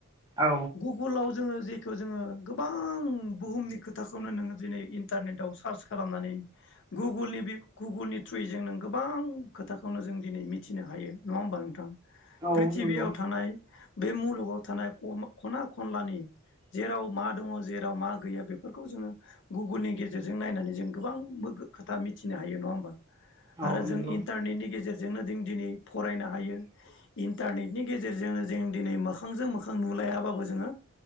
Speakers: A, on the right; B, on the left.
A: औ
B: गुगोलाव जोङो जेखौ जोङो गोबां बुहुमनि खोथाखौनो नोङो दिनै इन्टारनेटआव सार्च खालामनानै गुगोलनि बे गुगोलनि थ्रुयै जों नों गोबां खोथाखौनो जों दिनै मिथिनो हायो नङा होमबा नोंथां? प्रिथिबियाव
A: औ नंगौ
B: थानाय बे मुलुगाव थानाय खमा खना खनलानि जेराव मा दङ जेराव मा गैया बेफोरखौ जोङो गुगोलनि गेजेरजों नायनानै जों गोबां बो खोथा मिथिनो हायो नङा होमबा आरो
A: औ नंगौ
B: जों इन्टारनेटनि गेजेरजोंनो जों दिनै फरायनो हायो इन्टारनेटनि गेजेरजोंनो जों दिनै मोखांजों मोखां नुलायाबाबो जोङो